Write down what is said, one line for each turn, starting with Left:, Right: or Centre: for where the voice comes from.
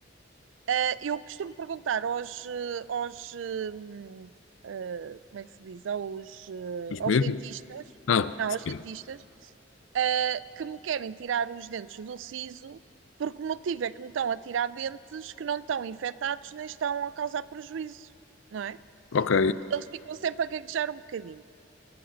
Right: Eh, eu costumo perguntar aos, eh, aos, hum, eh, como é que se diz? Aos, eh,
Left: Os
Right: aos
Left: medos?
Right: dentistas,
Left: Ah,
Right: não, aos
Left: sim.
Right: dentistas, eh, que me querem tirar os dentes do siso, porque o motivo é que me estão a tirar dentes que não estão infectados nem estão a causar prejuízo, não é?
Left: Ok,
Right: Eles ficam sempre a gaguejar um bocadinho.